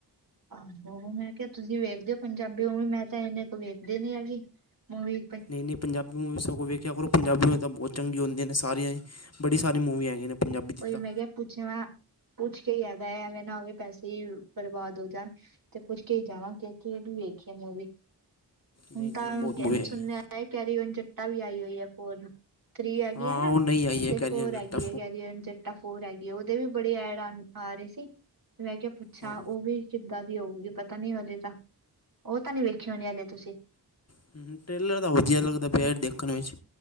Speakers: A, on the right (about 55°); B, on the left (about 40°).
A: ਆਹੋ, ਮੈਂ ਕਿਹਾ ਤੁਸੀਂ ਵੇਖਦੇ ਹੋ ਪੰਜਾਬੀ ਮੂਵੀ, ਮੈਂ ਤਾਂ ਇੰਨੇ ਕ ਵੇਖਦੀ ਨੀ ਹੈਗੀ ਮੂਵੀ
B: ਨਹੀਂ, ਨਹੀਂ ਪੰਜਾਬੀ ਮੂਵੀਜ਼ ਸਗੋਂ ਵੇਖਿਆ ਕਰੋ, ਪੰਜਾਬੀ ਮੂਵੀ ਤਾਂ ਬਹੁਤ ਚੰਗੀ ਹੁੰਦੀਆਂ ਨੇ ਸਾਰੀਆਂ ਹੀ, ਬੜੀ ਸਾਰੀ ਮੂਵੀ ਹੈਗੀਆਂ ਨੇ ਪੰਜਾਬੀ ਦੀ
A: ਉਈ
B: ਤਾਂ
A: ਮੈਂ ਕਿਹਾ, ਪੁੱਛ ਲਾ, ਪੁੱਛ ਕੇ ਹੀ ਹੈਗਾ, ਐਵੇਂ ਨਾ ਪੈਸੇ ਹੀ ਬਰਬਾਦ ਹੋ ਜਾਣ ਤੇ ਪੁੱਛ ਕੇ ਹੀ ਜਾਵਾਂ, ਕਿ ਕਿਹੜੀ ਵੇਖੀਏ ਮੂਵੀ, ਹੁਣ
B: ਨਹੀਂ ਨਹੀਂ
A: ਤਾਂ
B: ਬਹੁਤ
A: ਕੈਨ
B: ਮੂਵੀ ਹੈਗੀਆਂ
A: ਇਹ ਕੈਰੀ ਔਨ ਜੱਟਾ ਵੀ ਆਈ ਹੋਈ ਏ ਫੌਰ ਥਰੀ ਹੈਗੀ
B: ਹਾਂ
A: ਆ ਨਾ,
B: ਉਹ ਨਹੀਂ ਆਈ
A: ਤੇ
B: ਹੈ ਕੈਰੀ
A: ਫੋਰ
B: ਔਨ ਜੱਟਾ
A: ਹੈਗੀ ਏ ਕੈਰੀ ਔਨ ਜੱਟਾ ਫੋਰ ਹੈਗੀ, ਉਹਦੇ ਵੀ ਬੜੇ ਐਡ ਆ ਰਹੇ ਸੀ, ਤੇ ਮੈਂ ਕਿਹਾ ਪੁੱਛਾ
B: ਹਾਂ।
A: ਉਹ ਵੀ ਕਿੱਦਾਂ ਦੀ ਹੋਊਗੀ ਪਤਾ ਨੀ ਹਲੇ ਤਾਂ, ਉਹ ਤਾਂ ਨੀ ਵੇਖੀ ਹੋਣੀ ਹਲੇ ਤੁਸੀਂ
B: ਹੂੰ, ਹੂੰ ਟ੍ਰੇਲਰ ਤਾਂ ਵਧੀਆ ਲੱਗਦਾ ਪਿਆ ਦੇਖਣ ਵਿੱਚ